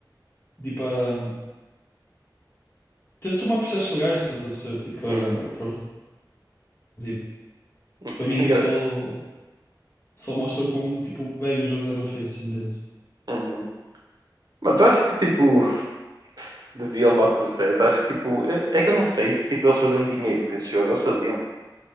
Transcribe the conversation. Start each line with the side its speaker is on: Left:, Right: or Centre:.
Left: de ir para. Teve de tomar processos legais, estás a perceber? Tipo, para,
Right: Uhum,
Left: para, tipo,
Right: <laughs>
Left: para mim
Right: é engra-
Left: isso só, só mostra o quão, tipo, bem os jogos eram feitos, entendes?
Right: uhum. Mano, tu achas que tipo <laughs> devia levar processo? Acho que tipo. É, é que eu não sei se tipo eles faziam dinheiro com esse jogo. Eles faziam.